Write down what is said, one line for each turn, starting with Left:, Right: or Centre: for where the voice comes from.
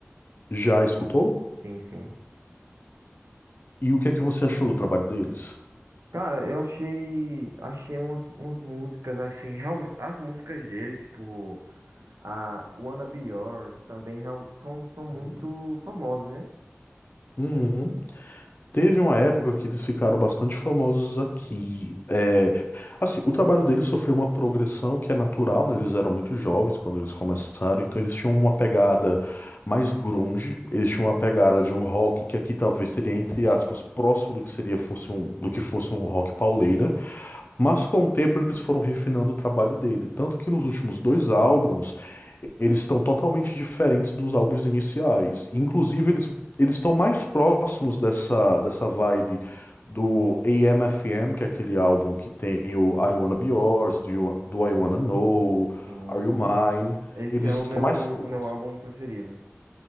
Left: Já escutou?
Right: Sim, sim.
Left: E o que é que você achou do trabalho deles?
Right: Cara, eu achei, achei umas, umas músicas assim, realmente, as músicas dele, tipo, a Wanna Be Yours, também real- são, são muito
Left: Uhum.
Right: famosas, né?
Left: Uhum. Teve uma época que eles ficaram bastante famosos aqui. É, assim, o trabalho deles sofreu uma progressão que é natural, né? Eles eram muito jovens quando eles começaram, então eles tinham uma pegada mais grunge, eles tinham uma pegada de um rock que aqui talvez seria, entre aspas, próximo do que seria fosse um, do que fosse um rock pauleira. Mas com o tempo eles foram refinando o trabalho dele, tanto que nos últimos dois álbuns eles estão totalmente diferentes dos álbuns iniciais. Inclusive eles eles estão mais próximos dessa dessa vibe do AM/FM, que é aquele álbum que tem o I Wanna Be Yours, do, You- do I Wanna Know,
Right: Sim.
Left: Are You Mine.
Right: Esse
Left: Eles
Right: é o
Left: estão
Right: meu,
Left: mais próximos.
Right: o meu álbum preferido.